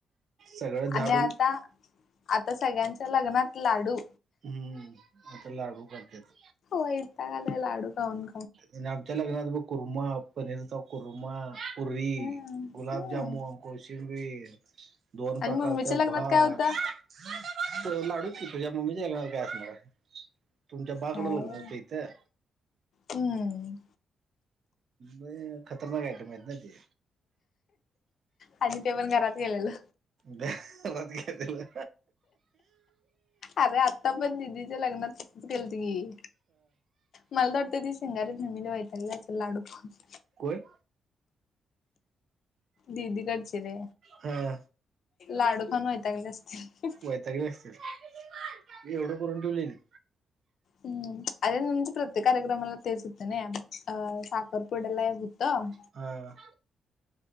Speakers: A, on the right; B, on the left.
A: सगळं झाडून
B: आणि आता आता सगळ्यांच्या लग्नात लाडू
A: हम्म आता लाडू बांधत्यात.
B: वयताक आलाय लाडू खाऊन.
A: आणि आपल्याला घरात ब कुरमा, पनीरचा कुरमा पुरी,
B: हम्म
A: गुलाबजामून, कोशिंबीर दोन
B: आणि
A: प्रकारचा
B: मम्मीच्या लग्नात
A: भात
B: काय होतं?
A: लाडू <unintelligible> तुझ्या मम्मीच्या घरात काय असणार? तुमच्या बाकडं
B: काय
A: लग्न होत इथं?
B: हम्म
A: लई खतरनाक आयटम आहेत ना ते.
B: आणि ते पण घरात गेलेलो.
A: दारात <unintelligible> दिलं
B: आरे आता पण दिदीच्या लग्नात केेलत की. मला तर वाटतय ती शिंगारी फॅमिली वैतागली आसाल लाडू खाऊन.
A: कोय
B: दिदी कडचे रे
A: हा
B: लाडू खाऊन वैतागले आसतील.
A: वैतागले आसतील एवढं करून ठेवलेलित
B: हम्म आरे <unintelligible> प्रत्येक कार्यक्रमला तेच होत नाही. अ साखरपुड्याला एक हुतं,
A: ह